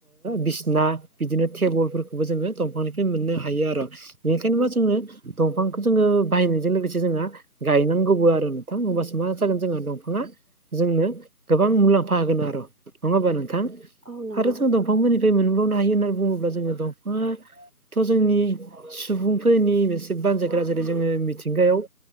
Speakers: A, on the right; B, on the right.
A: बिसना बिदिनो टेबोलफोरखौबो जोङो दंफांनिफ्राय मोननो हायो आर'। बेनिखायनो
B: उम
A: मा जोङो दंफांखौ जोङो बायनायजों लोगोसे जोंहा गायनांगौबो आरो नोंथां होमबासो मा जागोन जोङो दंफाङा जोंनो गोबां मुलाम्फा होगोन आरो नङा होमबा नोंथां
B: औ नंगौ
A: आरो जों दं। दंफांमोननिफ्राय मोनबावनो हायो होन्नानै बुङोब्ला जोङो दंफाङा थ' जोंनि सुबुंफोरनि मोनसे बानजायग्रा जेरै जोङो मिथिंगायाव